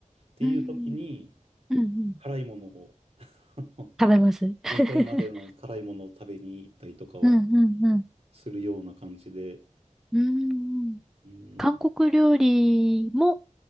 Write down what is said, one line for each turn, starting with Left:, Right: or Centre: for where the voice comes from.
Right: ていう時に、
Centre: うんうんうん。
Right: 辛いものを、<laughs>
Centre: 食べます。<laughs>
Right: 限界までの辛いものを食べに行ったりとかは
Centre: うんうんうん。
Right: するような感じで、
Centre: うーん
Right: うん、
Centre: 韓国料理も、